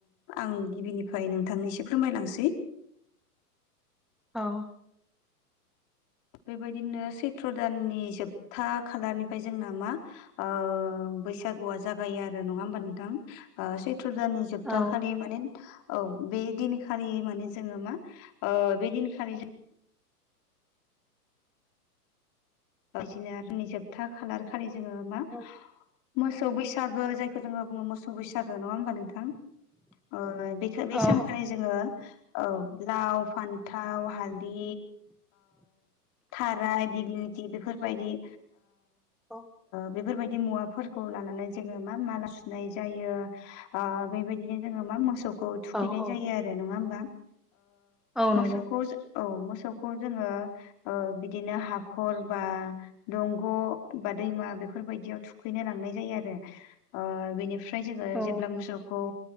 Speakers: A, on the left; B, in the centre.
A: आं गिबिनिफ्राय नोंथांनिसो फोरमायलांसै सै
B: औ
A: बेबायदिनो सैथ्र दाननि जोबथा खालारनिफ्राय जोंना मा ओ बैसागुआ जागायो आरो नङा होमबा नोंथां ओ सैथ्र' दाननि जोबथाखालि
B: औ
A: माने औ बै दिनखालि माने जोङो मा ओ बेदिनखालि बायदिनो आरो जोबथा खालारखालि जोङो मा
B: औ
A: मोसौ बैसागो जायखौ जोङो बुङो मोसौ सबबबिसागो नङा होमबा नोंथां बे बे
B: औ
A: सानखालि जोङो औ लाव -फान्थाव, हालदि थाराय दिग्लिथि बेफोरबायदि
B: औ।
A: बेफोरबायदि मुवाफोरखौ लानानै जोङो मा मा सुनाय जायो। बेबायदिनो जोङो मा मोसौखौ थुखैनाय
B: औ औ
A: जायो आरो नङा होमबा?
B: औ
A: मोसौखौ
B: नंगौ
A: औ मोसौखौ जोङो बिदिनो हाखौ हरबा दंग' बा दैमा बेफोरबायदियाव थुखैनो लांनाय जायो आरो। बेनिफ्राय जोङो
B: औ
A: जेब्ला मोसौखौ।